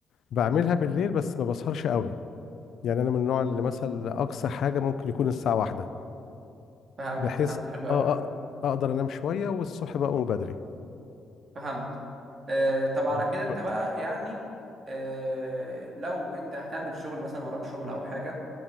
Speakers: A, on the left; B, on the right.
A: بعملها بالليل بس ما بسهرش قوي يعني انا من النوع اللي
B: مم.
A: مثلا اقصى حاجه ممكن يكون الساعه واحدة
B: فهمت
A: بحيث
B: فهمت حلو قوي
A: اه آه، اقدر انام شويه والصبح بقى اقوم بدري
B: فهمت آه طب على
A: اه
B: كده انت
A: و...
B: بقى يعني آه لو انت هتعمل شغل مثلا وراك شغل او حاجه